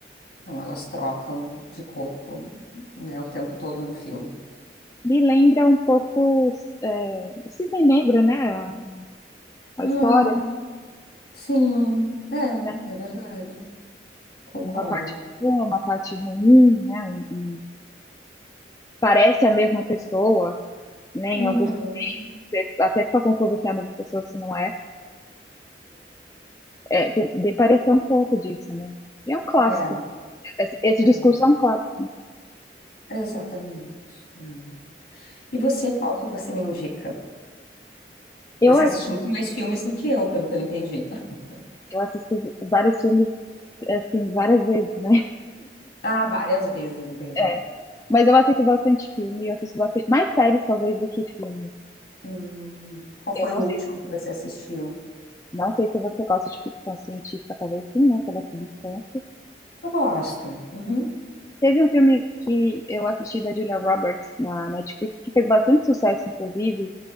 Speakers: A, on the left; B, on the left.
A: Então elas trocam de corpo, né, o tempo todo no filme.
B: Me lembra um pouco é, o Cisne Negro, né? A, a
A: Ah,
B: história,
A: sim, é,
B: né?
A: é verdade. Concordo.
B: Tem uma parte boa, uma parte ruim, né? E- e parece a mesma pessoa, né? Em
A: Uhum.
B: alguns momentos, você até fica confuso se é a mesma pessoa, se não é. É, de, de parecer um pouco disso, né? E é um clássico.
A: É,
B: Esse, esse
A: é.
B: discurso é um clássico.
A: Exatamente. Hum. E você, qual que você me indica?
B: Eu,
A: Você
B: ass-
A: assiste muito mais filmes do que eu, pelo que eu entendi. <laughs>
B: eu assisti vários filmes, assim, várias vezes, né?
A: Ah, várias vezes, entendi.
B: É, Mas eu assisto bastante filme, eu assisto bastante, mais séries talvez do que filme.
A: Hum, qual foi
B: Eu não
A: o
B: sei,
A: último que você assistiu?
B: não sei se você gosta de ficção científica, talvez sim, né, pela substância.
A: Eu gosto. Uhum.
B: Teve um filme que eu assisti da Julia Roberts na Netflix, que fez bastante sucesso, inclusive,